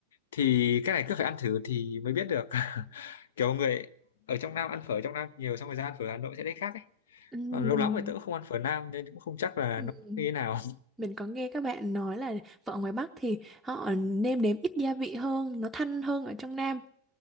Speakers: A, on the left (about 60°); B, in the centre.
A: thì cái này cứ phải ăn thử thì mới biết được <laughs> kiểu người ở trong Nam ăn phở trong Nam nhiều xong rồi ra ăn phở Hà Nội sẽ thấy khác ấy
B: Ừm,
A: còn lâu
B: mình
A: lắm rồi tớ cũng không ăn phở Nam nên cũng không chắc là
B: ừm,
A: nó như thế nào
B: mình có nghe các bạn nói là phở ngoài Bắc thì họ nêm nếm ít gia vị hơn nó thanh hơn ở trong Nam